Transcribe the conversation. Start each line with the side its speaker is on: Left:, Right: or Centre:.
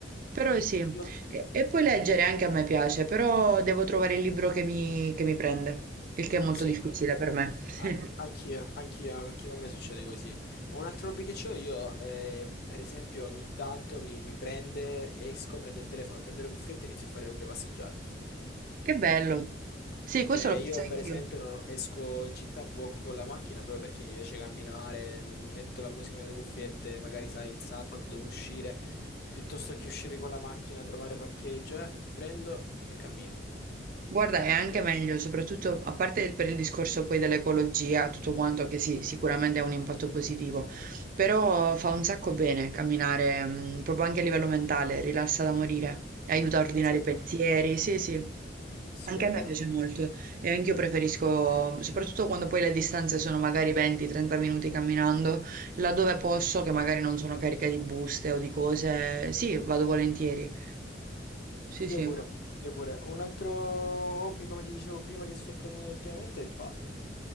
Right: Però sì,
Left: io...
Right: e, e poi leggere anche a me piace, però devo trovare il libro che mi, che mi prende, il che è molto
Left: Sì.
Right: difficile per me.
Left: A-
Right: <laughs>
Left: Anch'io, anch'io, anche con me succede così. Un altro hobby che ho io, eh, per esempio, ogni tanto mi, mi prende, esco, prendo il telefono, prendo le cuffiette e inizio a fare lunghe passeggiate.
Right: Che bello. Sì, questo
Left: Cioè, io
Right: l'ho fatto anch'io.
Left: per esempio non- esco in città poco con la macchina proprio perché mi piace camminare, metto la musica nelle cuffiette, magari sai, il sabato devo uscire, piuttosto che uscire con la macchina, trovare parcheggio, eh, prendo e cammino.
Right: Guarda, è anche
Left: Eh,
Right: meglio, soprattutto a parte per il discorso poi dell'ecologia, tutto quanto che sì, sicuramente ha un impatto positivo, però fa un sacco bene camminare, mm, proprio anche a livello mentale, rilassa da morire, aiuta a ordinare
Left: sì,
Right: i pensieri, sì, sì.
Left: sì,
Right: Anche
Left: è
Right: a
Left: vero.
Right: me piace molto e anch'io preferisco, soprattutto quando poi le distanze sono magari 20-30 minuti camminando, laddove posso, che magari non sono carica di buste o di cose, sì, vado volentieri. Sì,
Left: Io
Right: sì.
Left: pure, io pure. Un altro hobby, come ti dicevo prima, che sto prendendo ultimamente è il paddle.